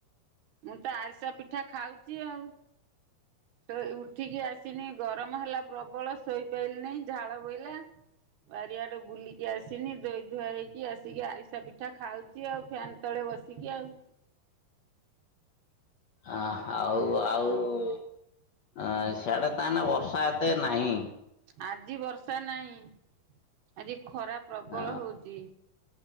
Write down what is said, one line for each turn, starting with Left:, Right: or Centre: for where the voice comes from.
Right: ମୁଁ ତ ଆରିସା ପିଠା ଖାଉଚି ଆଉ ଶୋ ଉଠିକି ଆସ୍ ତିନି ଗରମ ହେଲା ପ୍ରବଳ ଶୋଇପାଇଲି ନେଇ ଝାଳ ବୋହିଲା ବାରିଆଡ଼େ ବୁଲିି କି ଆସିନି ଧୋଇ ଧୁଆ ହେଇକି ଆସିକି ଆରିସା ପିଠା ଖାଉଚି ଆଉ ଫ୍ୟାନ୍ ତଳେ ବସିକି ଆଉ।
Left: ଆ ହଉ ଆଉ ଅଁ ସ୍ୟାଡ଼େ ତାହେନେ ବର୍ଷା ଏତେ ନାହିଁ?
Right: ଆଜି ବର୍ଷା ନାହିଁ ଆଜି ଖରା ପ୍ରବଳ
Left: ହଁ
Right: ହଉଛି